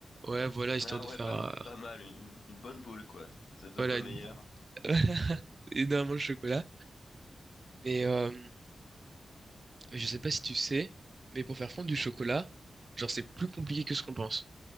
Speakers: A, on the right; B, on the left.
A: Ouais, voilà, histoire
B: Ah
A: de
B: ouais,
A: faire,
B: pas,
A: euh,
B: m- pas mal, une, une bonne boule, quoi. C'est deux
A: voilà,
B: fois meilleur.
A: une- <laughs> énormément de chocolat. Mais euh, je sais pas si tu sais, mais pour faire fondre du chocolat, genre, c'est plus compliqué que ce qu'on pense.